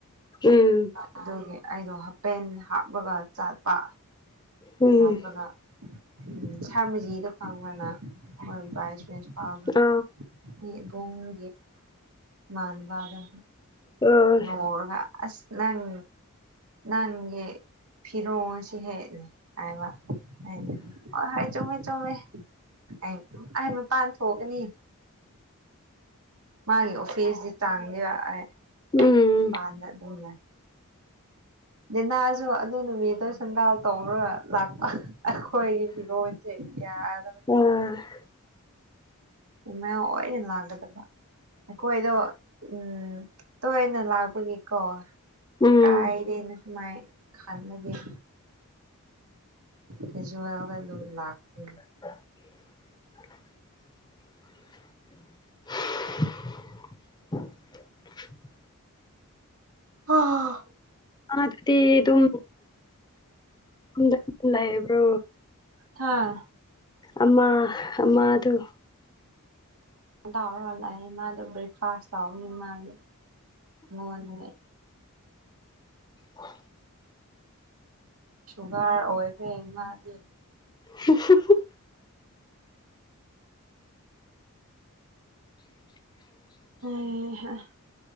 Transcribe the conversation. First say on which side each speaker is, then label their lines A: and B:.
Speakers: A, on the left; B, on the right.
A: ꯎꯝ꯫
B: ꯑꯗꯨꯒꯤ ꯑꯩꯗꯣ ꯍꯥꯄꯦꯟ ꯍꯥꯞꯂꯒ ꯆꯠꯄ꯫
A: ꯎꯝ
B: ꯍꯥꯞꯂꯒ ꯎꯝ ꯁꯝꯖꯤꯗꯣ ꯈꯪꯕꯔꯥ ꯅꯪ ꯕꯥꯏ꯫ ꯄꯥꯕ
A: ꯑ
B: ꯃꯤ ꯏꯕꯨꯡꯒꯤ꯫ ꯃꯥꯟꯕꯔ
A: ꯑ
B: ꯅꯣꯛꯔꯒ꯫ ꯑꯁ ꯅꯪ ꯅꯪꯒꯤ ꯐꯤꯔꯣꯜꯁꯤ ꯍꯦ꯫ ꯍꯥꯏꯕ ꯑꯩꯅ ꯍꯥꯏ ꯍꯥꯏ ꯆꯨꯝꯃꯤ ꯆꯨꯝꯃꯤ ꯑꯩ ꯑꯩ ꯃꯄꯥꯟ ꯊꯣꯛꯀꯅꯤ ꯃꯥꯒꯤ ꯑꯣꯐꯤꯁꯀꯤ ꯆꯪꯉꯒ ꯑꯩ
A: ꯎꯝ
B: ꯃꯄꯥꯟꯗ ꯑꯗꯨꯝ ꯂꯩ ꯂꯤꯅꯥꯁꯨ ꯑꯗꯨ ꯅꯨꯃꯤꯠꯇꯣ ꯁꯦꯟꯗꯥꯜ ꯇꯣꯡꯔꯒ ꯂꯥꯛꯄ ꯑꯈꯣꯏ ꯌꯨꯝꯗꯗꯤ ꯌꯥꯗꯕꯅꯤ
A: ꯑ
B: ꯏꯃꯥ ꯑꯣꯏꯅ ꯌꯥꯗꯕꯗ ꯑꯩꯈꯣꯏꯗꯣ ꯎꯝ ꯇꯣꯏꯅ ꯂꯥꯛꯄꯒꯤꯀꯣ
A: ꯎꯝ
B: ꯀꯥꯏꯗꯦꯅꯦ ꯁꯨꯃꯥꯏ ꯈꯟꯅꯕꯩ ꯂꯣꯏꯖꯤꯜꯂ ꯑꯗꯨꯝ ꯂꯥꯛꯄ ꯅꯤꯗ
A: <inaudible> <inaudible>
B: ꯑꯥ
A: ꯃꯥꯗꯤ ꯑꯗꯨꯝ ꯌꯨꯝꯗ ꯂꯩꯕꯔꯣ
B: ꯍꯥꯥ
A: ꯑꯃꯥ ꯑꯃꯥꯗꯨ
B: ꯇꯥꯔ ꯂꯥꯛꯑꯦ ꯃꯥꯗꯣ ꯕ꯭ꯔꯦꯛꯐꯥꯁ ꯇꯧꯔꯅꯤ ꯃꯥꯗꯤ ꯃꯅ
A: ꯑ
B: ꯁꯨꯒꯔ ꯑꯣꯏꯒꯦ ꯏꯃꯗꯤ
A: <inaudible> <inaudible>
B: ꯎꯝ ꯍꯝ